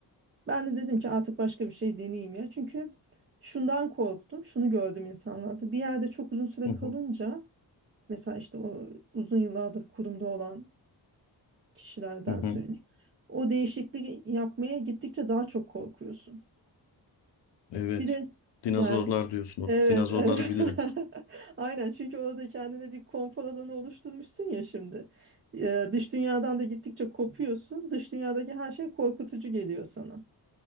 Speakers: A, on the right; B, on the left.
A: Ben de dedim ki artık başka bir şey deneyeyim ya. Çünkü şundan korktum, şunu gördüm insanlarda. Bir yerde çok uzun süre
B: Hı hı.
A: kalınca, mesela işte o uzun yıllardır kurumda olan kişilerden
B: Hı hı.
A: söyleyeyim. O değişikliği yapmaya gittikçe daha çok korkuyorsun.
B: Evet.
A: Bir de
B: Dinozorlar
A: yani
B: diyorsun.
A: evet
B: O dinozorları
A: evet
B: bilirim.
A: <laughs> aynen çünkü orada kendine bir konfor alanı oluşturmuşsun ya şimdi. Ee, dış dünyadan da gittikçe kopuyorsun. Dış dünyadaki her şey korkutucu geliyor sana.